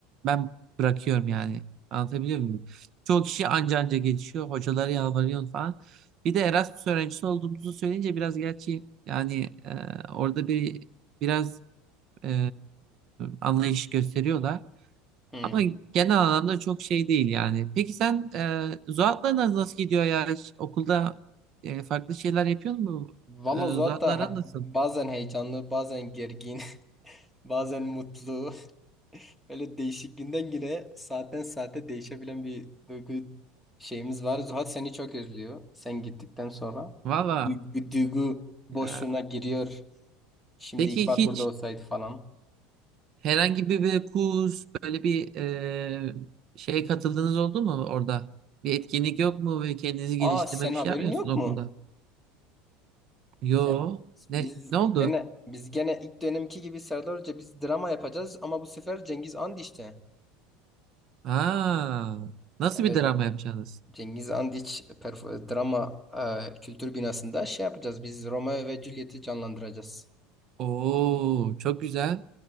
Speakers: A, on the right; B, in the centre.
A: ben bırakıyorum yani. Anlatabiliyor muyum? Çoğu kişi anca anca geçiyor. Hocalara yalvarıyor falan. Bir de Erasmus öğrencisi olduğumuzu söyleyince biraz gerçi yani e, orada bir biraz e, anlayış gösteriyorlar.
B: Hı.
A: Ama genel anlamda çok şey değil yani. Peki sen e, Zuhat'la nasıl gidiyor ya? Hiç Okulda e, farklı şeyler yapıyor mu?
B: Valla
A: E, Zuhat'la
B: Zuhat he-
A: aran nasıl?
B: bazen heyecanlı, bazen gergin, <laughs> bazen mutlu. Öyle değişik günden güne, saatten saate değişebilen bir duygu şeyimiz var. Zuhat seni çok özlüyor. Sen gittikten sonra.
A: Valla.
B: Duygu, duygu boşluğuna
A: e,
B: giriyor. Şimdi
A: peki
B: İkbal
A: hiç
B: burada olsaydı falan.
A: herhangi bir, bir kurs, böyle bir e, şeye katıldığınız oldu mu orada? Bir etkinlik yok mu? Ve kendinizi geliştirme
B: Aa sen
A: bir
B: haberin
A: şey yapmıyorsunuz
B: yok mu?
A: okulda? Yo.
B: Se- Biz
A: Ne, ne oldu?
B: gene biz gene ilk dönemki gibi Serdar Hoca biz drama yapacağız ama bu sefer Cengiz Andiç'te.
A: Aa, nasıl
B: Evet
A: bir drama yapacaksınız?
B: Cengiz Andiç perf- drama e, kültür binasında şey yapacağız. Biz Romeo ve Juliet'i canlandıracağız.
A: Oo, çok güzel.